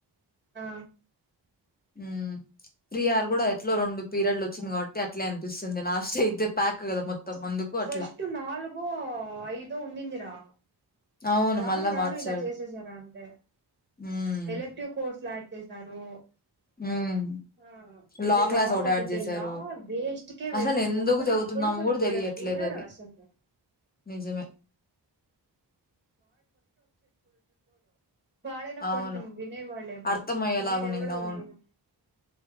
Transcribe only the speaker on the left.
మ్మ్ ఫియార్ కూడా ఎట్లా రెండు పీరియడ్లు వచ్చింది కాబట్టి అట్లే అనిపిస్తుంది లాస్ట్ అయితే
ప్యాక్ కదా మొత్తం అందుకు
అట్లా
అవును
మళ్ళా
మార్చారు
మ్మ్
మ్మ్
లా క్లాస్ ఒకటి
యాడ్ చేశారు
అసలు ఎందుకు
చదువుతున్నాము
కూడా
తెలియట్లేదు
అది నిజమే
అవును
అర్థం అయ్యేలాగా
ఉన్నింది
అవును